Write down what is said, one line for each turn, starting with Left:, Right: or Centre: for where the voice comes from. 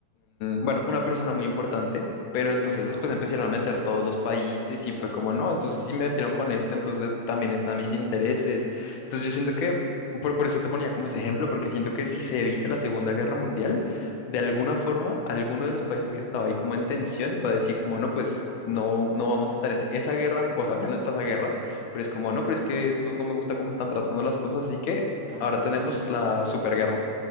Left: bueno, una persona muy importante, pero entonces
Right: Ajá,
Left: después empezaron a meter todos los países y fue como, no, entonces sí me metieron con este, entonces también están mis intereses. Entonces yo siento que, por, por eso te ponía como ese ejemplo, porque siento que si se evita la Segunda Guerra Mundial, de alguna forma, alguno de los países que estaba ahí como en tensión va a decir como, no, pues... No, no vamos a estar en esa guerra, o sea, ya no está esa guerra, pero es como, no, pero es que estos no me gusta cómo están tratando las cosas, así que
Right: ajá.
Left: ahora tenemos
Right: Y de-
Left: la superguerra.